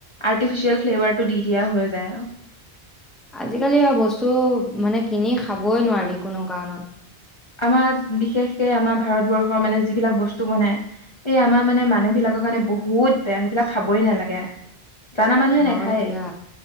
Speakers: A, on the left; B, in the centre.
A: আৰ্টিফিচিয়েল ফ্লেভাৰটো দি দিয়া হৈ যায় আৰু।
B: আজিকালি বস্তু মানে কিনি খাবই নোৱাৰি কোনো কাৰণত।
A: আমাৰ বিশেষকে আমাৰ ভাৰতবৰ্ষৰ মানে যিবিলাক বস্তু বনাই এই আমাৰ মানে মানুহ বিলাকৰ কাৰণে বহুত বেয়া ।সেইবিলাক খাবই নালাগে। জানা মানুহে
B: হয়
A: নাখায়
B: দিয়া